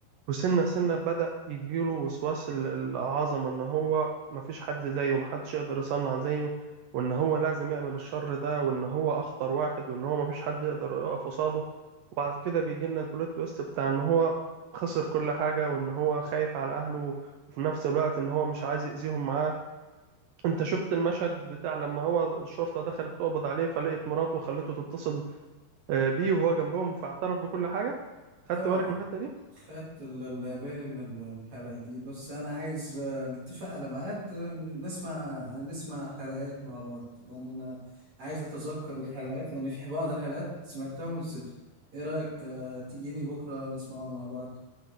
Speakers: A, on the right (about 80°); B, on the right (about 45°).
A: وسنة سنة بدأ يجيله وسواس ال- العظمة إن هو مفيش حد زيه محدش يقدر يصنع زيه وإن هو لازم يعمل الشر ده وإن هو أخطر واحد وإن هو مفيش حد يقدر يقف قصاده وبعد كده بيجي لنا البلوت تويست بتاع إن هو خسر كل حاجة وإن هو خايف على أهله وفي نفس الوقت إن هو مش عايز يأذيهم معاه أنت شفت المشهد بتاع لما هو الشرطة دخلت تقبض عليه فلقيت مراته وخلته تتصل آه، بيه وهو جنبهم فاعترف بكل حاجة خدت
B: اه
A: بالك من الحتة دي؟
B: خدت ال- ال- بالي من ال- الحلقة دي بس أنا عايز آه، نتفق على ميعاد آه، نسمع آه، نسمع حلقات مع بعض لأن أنا عايز أتذكر الحلقات لأن في بعض الحلقات سمعتها ونسيتها إيه رأيك آه، تجيني بكرة نسمعه مع بعض